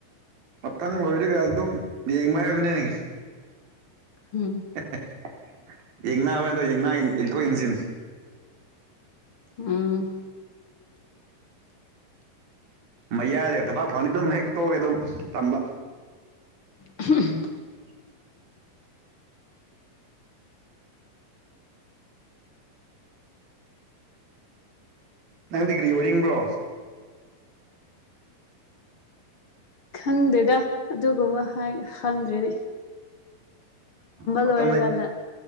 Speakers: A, on the right (about 85°); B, on the left (about 45°).
A: ꯃꯊꯪ ꯂꯣꯏꯔꯒ ꯑꯗꯨꯝ ꯌꯦꯡꯕ ꯍꯥꯏꯕꯗꯨꯅꯦ ꯅ
B: ꯎꯝ
A: <unintelligible>
B: ꯎꯝ
A: ꯃꯌꯥꯗꯒ ꯊꯕꯥꯛ ꯐꯪꯉꯗꯤ ꯑꯗꯨꯝ ꯍꯦꯛꯇ ꯇꯣꯛꯒꯔꯦ ꯑꯗꯨ ꯇꯝꯕ
B: ꯑꯝꯍꯍꯝ
A: <inaudible> ꯅꯪꯗꯤ ꯒꯔꯤ ꯑꯣꯏꯅꯤꯡꯕ꯭ꯔꯣ
B: ꯈꯪꯗꯦꯗ ꯑꯗꯨꯒꯨꯝꯕ ꯍꯥꯏ ꯍꯪꯗ꯭ꯔꯦꯅꯤ
A: ꯑꯝ ꯃꯇꯝ
B: ꯂꯣꯏꯔꯀꯥꯟꯗ
A: ꯂꯩ